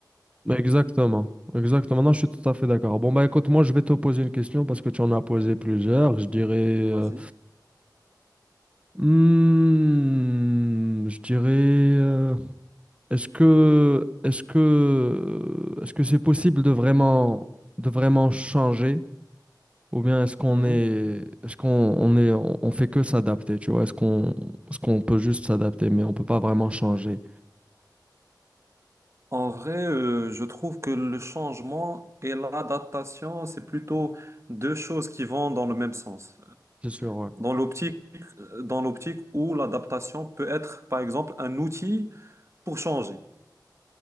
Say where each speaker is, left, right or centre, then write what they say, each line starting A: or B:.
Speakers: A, on the right; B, on the right.
A: Mais Exactement. Exactement. Non, je suis tout à fait d'accord. Bon, bah écoute, moi, je vais te poser une question parce que tu en as posé plusieurs. Je dirais. euh,
B: Vas-y.
A: hmm, je dirais. euh, Est-ce que, est-ce que, est-ce que c'est possible de vraiment, de vraiment changer? Ou bien est-ce qu'on
B: Mhm.
A: est, est-ce qu'on on est, on, on fait que s'adapter, tu vois? Est-ce qu'on, est-ce qu'on peut juste s'adapter, mais on peut pas vraiment changer?
B: En vrai, euh, je trouve que le changement et l'adaptation, c'est plutôt deux choses qui vont dans le même sens.
A: C'est sûr, ouais.
B: Dans l'optique, euh, dans l'optique où l'adaptation peut être, par exemple, un outil pour changer.